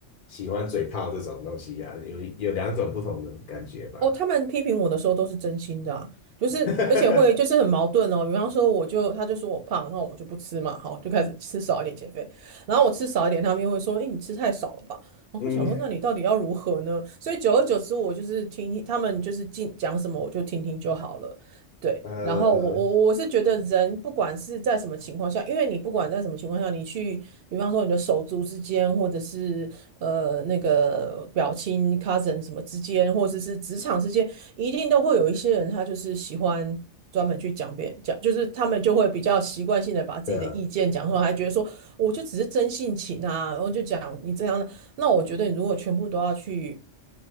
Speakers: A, on the left; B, on the right.
A: 喜欢嘴炮这种东西呀。有有两种不同的感觉吧。
B: 哦，他们批评我的时候都是真心的啊，就是而且会就是很矛盾哦。
A: <laughs>
B: 比方说，我就他就说我胖，那我就不吃嘛，好，就开始吃少一点减肥。然后我吃少一点，他们又会说，哎，你吃太少了吧？然后我想说，
A: 嗯，
B: 那你到底要如何呢？所以久而久之，我就是听听他们就是进讲什么，我就听听就好了。对，
A: 呃，
B: 然后我我我是觉得人不管是在什么情况下，因为你不管在什么情况下，你去，比方说你的手足之间，或者是呃那个表亲 cousin 什么之间，或者是职场之间，一定都会有一些人他就是喜欢专门去讲别人讲，就是他们就会比较习惯性的把自己的意见讲出来，
A: 对啊。
B: 还觉得说我就只是真性情啊，然后就讲你这样的，那我觉得你如果全部都要去。